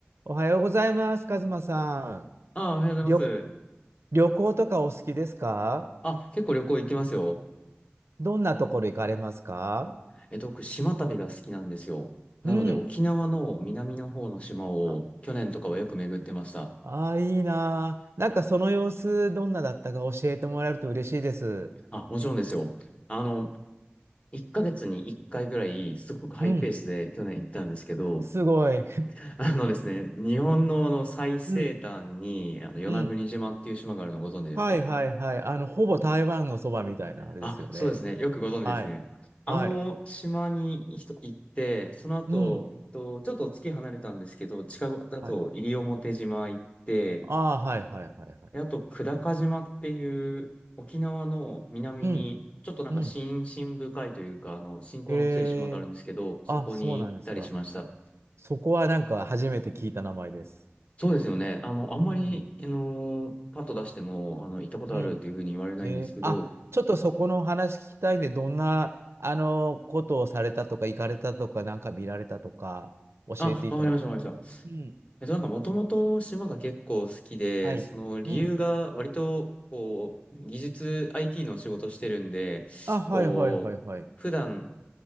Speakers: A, on the right; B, on the left.
A: おはようございます、カズマさん。
B: あ、おはようございます。
A: 旅、旅行とかお好きですか
B: あ、結構旅行行きますよ。
A: どんなところ行かれますか
B: えっと、僕、島旅が好きなんですよ。なので、
A: うん。
B: 沖縄の南の方の島を、
A: あ、
B: 去年とかはよく巡ってました。
A: あー、いいなー。なんかその様子、どんなだったか教えてもらえると嬉しいです。
B: あ、もちろんですよ。あの、1ヶ月に1回ぐらい、すごくハイペースで去年行ったんですけど、
A: うん。すごい。
B: <laughs> あのですね、日本のあの最西端に、
A: <laughs> うん。
B: あの、与那国島っていう島があるのご存知ですか
A: うん。はいはいはい。あの、ほぼ台湾のそばみたいなあれですよね。
B: あ、そうですね。よくご存知ですね。
A: はい。
B: あの島に一行って、
A: はい。
B: その後、
A: うん。
B: えっと、ちょっと月離れたんですけど、近くだと西表島行って、
A: はい。ああ、はいはいはいはい。
B: で、あと久高島っていう沖縄の南に、
A: うん。
B: ちょっとなんか深深深いというか、
A: うん。
B: あの、信仰の強い島があるんですけど、
A: へえ。
B: そこに行ったりしました。
A: あ、そうなんですか。そこはなんか初めて聞いた名前です。
B: そうですよね。あの、あんまり、
A: うん。
B: あの、パッと出しても、あの、行ったことあるっていうふうに言われないんですけど、
A: うん。えーあ、ちょっとそこの話聞きたいね。どんな、あの、ことをされたとか、行かれたとか、なんか見られたとか、教えていただけると。
B: あ、わかりました、わかりました。
A: うん。
B: えっと、なんかもともと島が結構好きで、
A: はい。
B: その理由が割と、
A: うん。
B: こう、技術 IT の仕事してるんで、
A: あ、はいはいはいはい。
B: こう、普段